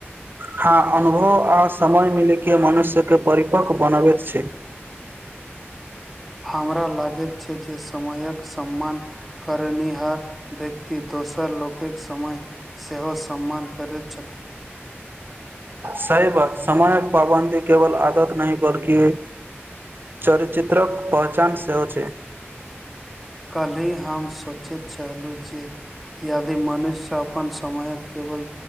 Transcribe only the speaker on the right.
हँ अनुभव आ समय मिलयके मनुष्यके परिपक्व बनबैत छै
सहि बात समयक पाबन्दी केवल आदत नहि बल्कि चरचित्रक पहचान सेहो छै